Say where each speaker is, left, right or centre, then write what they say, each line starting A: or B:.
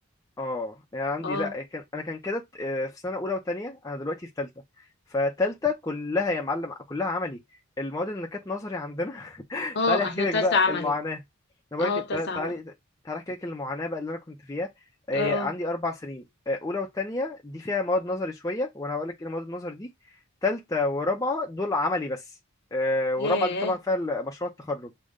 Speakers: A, on the left; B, on the left.
A: اه يعني عندي
B: اه
A: لا كان انا كان كده آه، في سنه اولى وثانيه انا دلوقتي في ثالثه فتالتة كلها يا معلم كلها عملي المواد اللي كانت نظري عندنا <laughs>
B: اه
A: تعالي احكي
B: احنا
A: لك
B: تالتة
A: بقى
B: عملي
A: المعاناه انا بقول
B: اه
A: لك
B: تالتة عملي
A: تعالي تعالي احكي لك المعاناه بقى اللي انا كنت فيها آه،
B: اه
A: هي عندي اربع سنين آه، اولى والتانية دي فيها مواد نظري شويه وانا هقول لك ايه المواد النظري دي تالتة ورابعه دول عملي بس آه،
B: ياه
A: ورابعه دي طبعا فيها مشروع التخرج